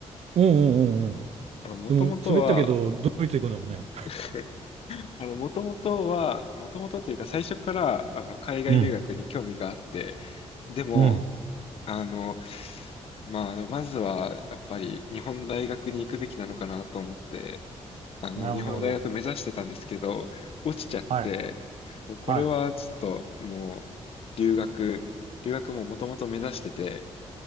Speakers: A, on the right; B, on the left.
A: うんうんうんうん。
B: あの、もともとは
A: でも、滑ったけど、ドイツ行くんだもんね。
B: <laughs> <laughs> あの、もともとは、もともとというか最初から、あの、海外留学に興味があって、
A: うん。
B: でも、
A: うん、
B: あの、まあ、あの、まずは、やっぱり日本の大学に行くべきなのかなと思って、あの、
A: なるほど、
B: 日本の大学目指してたんですけど、
A: なるほど。
B: 落ちちゃって、
A: はい、
B: もうこれはちょっと、
A: は
B: もう、留学、留学ももともと目指してて、